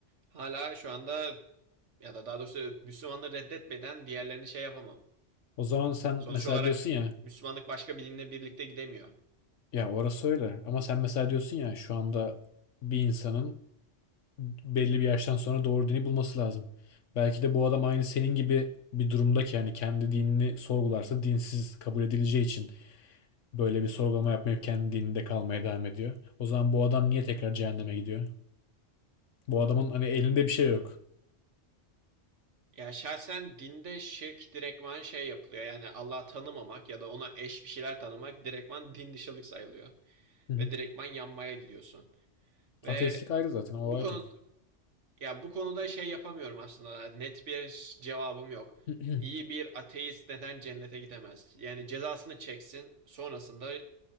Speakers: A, on the right (about 70°); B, on the left (about 75°).
A: hala şu anda ya da daha doğrusu Müslümanları reddetmeden diğerlerini şey yapamam.
B: O zaman sen
A: Sonuç
B: mesela
A: olarak
B: diyorsun ya,
A: Müslümanlık başka bir dinle birlikte gidemiyor.
B: ya orası öyle. Ama sen mesela diyorsun ya şu anda bir insanın belli bir yaştan sonra doğru dini bulması lazım. Belki de bu adam aynı senin gibi bir durumda ki yani kendi dinini sorgularsa dinsiz kabul edileceği için böyle bir sorgulama yapmayıp kendi dininde kalmaya devam ediyor. O zaman bu adam niye tekrar cehenneme gidiyor? Bu adamın hani elinde bir şey yok.
A: Ya şahsen dinde şirk direktman şey yapılıyor. Yani Allah'ı tanımamak ya da ona eş bir şeyler tanımak direktman din dışılık sayılıyor.
B: Hı hı.
A: Ve direktman yanmaya giriyorsun. Ve
B: Ateistlik ayrı zaten o
A: bu
B: ayrı.
A: konu ya bu konuda şey yapamıyorum aslında. Net bir cevabım yok.
B: Hı hı,
A: İyi bir ateist neden cennete gidemez? Yani cezasını çeksin, sonrasında